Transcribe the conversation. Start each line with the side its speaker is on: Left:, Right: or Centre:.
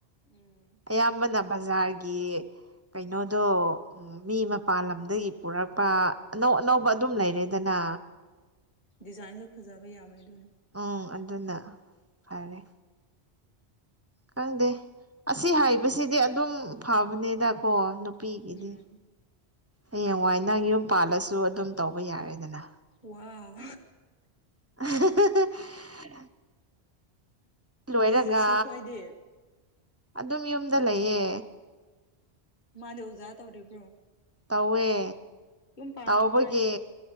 Left: ꯎꯝ
Right: ꯑꯃꯅ ꯕꯖꯥꯔꯒꯤ ꯀꯩꯅꯣꯗꯣ ꯃꯤ ꯃꯄꯥꯜꯂꯝꯗꯒꯤ ꯄꯨꯔꯛꯄ ꯑꯅꯧ-ꯑꯅꯧꯕ ꯑꯗꯨꯝ ꯂꯩꯔꯦꯗꯅꯥ
Left: ꯗꯤꯖꯥꯏꯟꯁꯨ ꯐꯖꯕ ꯌꯥꯝꯃꯦ ꯑꯗꯨꯅ
Right: ꯎꯡ ꯑꯗꯨꯅ ꯐꯔꯦ ꯈꯪꯗꯦ ꯑꯁꯤ ꯍꯥꯏꯕꯁꯤꯗꯤ ꯑꯗꯨꯝ ꯐꯕꯅꯦꯗ ꯀꯣ ꯅꯨꯄꯤꯒꯤꯗꯤ
Left: ꯎꯝ
Right: ꯍꯌꯦꯡꯋꯥꯏ ꯅꯪ ꯌꯨꯝ ꯄꯥꯜꯂꯁꯨ ꯑꯗꯨꯝ ꯇꯧꯕ ꯌꯥꯔꯦꯗꯅ
Left: ꯋꯥꯎ
Right: <unintelligible> ꯂꯣꯏꯔꯒꯥ
Left: ꯃꯤꯁ ꯖꯦꯁꯤ ꯈꯣꯏꯗꯤ
Right: ꯑꯗꯨꯝ ꯌꯨꯝꯗ ꯂꯩꯌꯦ
Left: ꯃꯥꯗꯤ ꯎꯖꯥ ꯇꯧꯔꯤꯕ꯭ꯔꯣ
Right: ꯇꯧꯋꯦ
Left: ꯌꯨꯝ ꯄꯥꯟꯈ꯭ꯔꯣ
Right: ꯇꯧꯕꯒꯤ
Left: ꯍꯥꯏꯌꯣ